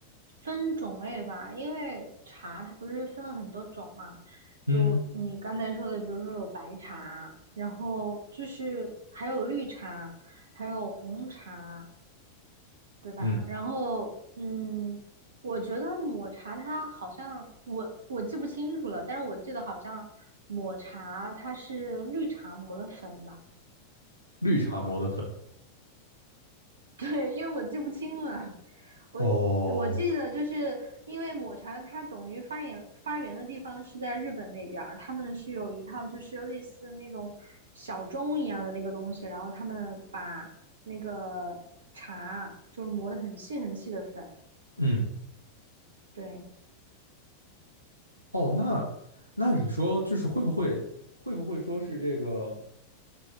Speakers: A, on the right; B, on the right.
A: 分种类吧，因为茶它不是分了很多种嘛，
B: 嗯，
A: 就你刚才说的，比如说有白茶，然后就是还有绿茶，还有红茶，对吧？
B: 嗯，
A: 然后嗯，我觉得抹茶它好像我我记不清楚了，但是我记得好像抹茶它是绿茶磨的粉吧。
B: 绿茶磨的粉。
A: <laughs> 对，因为我记不清了，我
B: 哦，
A: 我记得就是因为抹茶它等于发源发源的地方是在日本那边儿，他们是有一套就是类似那种小钟一样的那个东西，然后他们把那个茶就是磨得很细很细的粉，
B: 嗯，
A: 对，
B: 哦，那那你说就是会不会会不会说是这个